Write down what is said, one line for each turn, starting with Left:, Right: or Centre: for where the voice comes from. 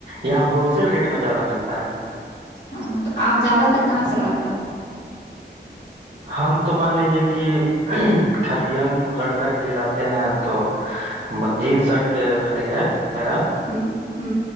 Right: یہاں ہول سیل ریٹ میں زیادہ ملتا ہے
Left: ہاں تو آپ زیادہ تر کہا سے لاتے ہیں
Right: ہم تو مان لیجیے کی کلیگ لڑکا کے لیے لاتے ہیں تو جین شرٹ کے خالی ہے میرا
Left: ہیں ہ